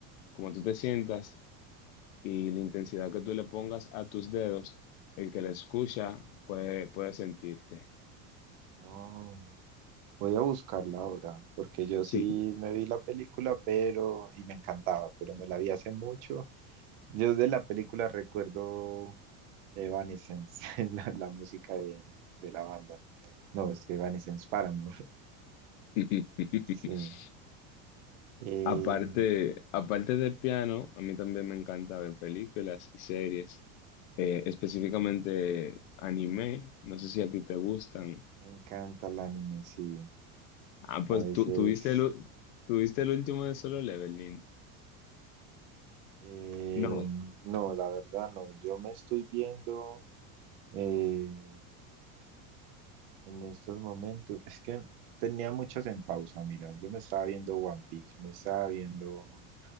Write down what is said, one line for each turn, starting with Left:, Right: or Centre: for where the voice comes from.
Left: como tú te sientas, y la intensidad que tú le pongas a tus dedos, el que la escucha puede, puede sentirte.
Right: Oh. Voy a buscarla ahora, porque yo
Left: Sí.
Right: sí me vi la película, pero, y me encantaba, pero me la vi hace mucho. Yo de la película recuerdo Evanescence, <laughs> la, la música de, de la banda. No, es que Evanescence Paramore,
Left: <laughs>
Right: <laughs> sí. Eh,
Left: Aparte, aparte de piano, a mí también me encanta ver películas y series, eh, específicamente anime. No sé si a ti te gustan.
Right: me encanta el anime, sí.
Left: Ah, pues
Right: A veces,
Left: tú tuviste el, u- tú viste el último de Solo Leveling.
Right: eh,
Left: No.
Right: no, la verdad no. Yo me estoy viendo. eh, en estos momentos. Es que tenía muchas en pausa, mira, yo me estaba viendo One Piece, me estaba viendo